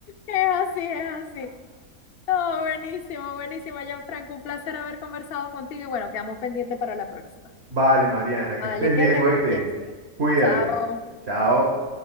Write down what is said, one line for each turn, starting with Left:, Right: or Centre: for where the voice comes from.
Left: Es así, es así. No, buenísimo, buenísimo, Gianfranco. Un placer haber conversado contigo y bueno, quedamos pendientes para la próxima.
Right: Vale, Mariana, que
Left: Vale,
Right: estés
Left: que
Right: bien,
Left: estén
Right: oíste.
Left: muy bien, ¿sí?
Right: Cuídate.
Left: Chao.
Right: Chao.